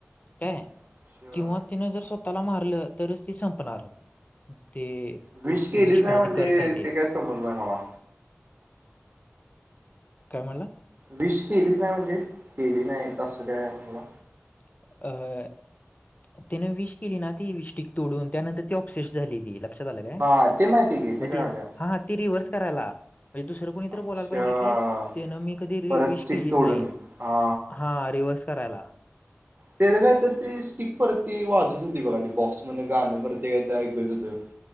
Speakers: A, on the left; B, on the right.
A: काय
B: हा अच्छा.
A: किंवा तिने जर स्व त्याला मारलं तरचं ती संपणार, ते
B: विश केलीचाय
A: विष किंवा
B: म्हणजे
A: ते कर्स आहे
B: ते काय समजलंय नाही मला.
A: काय म्हणला?
B: वीश केलीच नाही म्हणजे? केली नाही <unintelligible> त्यामुळे
A: <inaudible> तिनं विश केली ना ती विश स्टिक तोडून, त्यानंतर ती ऑपसेस झाली ती. लक्षात आलं काय?
B: हा ते माहिती की ते
A: मग
B: कळालं.
A: ती हा हा ती रिव्हर्स करायला. म्हणजे दुसरं कोणीतर
B: अच्छा
A: बोलायला पाहिजे की, त्यान मी कधी री
B: परत
A: विश
B: स्टिक
A: केलीच
B: तोडून
A: नाही.
B: हा
A: हा रिव्हर्स करायला
B: त्याच काय तरी ती स्टिक परत ती वाजत होती बघा ती बॉक्स मधन गाणं परत ते काय ऐकु येत होतं.